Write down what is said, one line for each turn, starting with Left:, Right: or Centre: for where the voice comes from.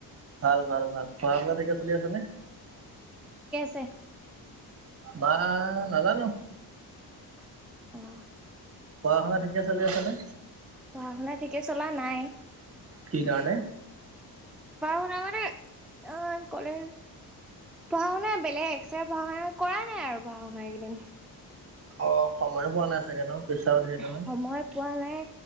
Right: ভাল ভাল ভাল, পঢ়া শুনা ঠিকে চলি আছে নে?
Centre: এ
Right: মা নাজানো
Centre: অ'।
Right: পঢ়া শুনা ঠিকে চলি আছে নে?
Centre: পঢ়া শুনা ঠিকে চলা নাই।
Right: কি কাৰণে?
Centre: পঢ়া শুনা মানে, অ', কৰে পঢ়া শুনা বেলেগ এক্সট্ৰা পঢ়া শুনা কৰা নাই আৰু পঢ়া শুনা এই কেইদিন।
Right: অ', সময়ো পোৱা নাই চাগে ন? পেচাও ধেৰ নহয়
Centre: সময় পোৱা নাই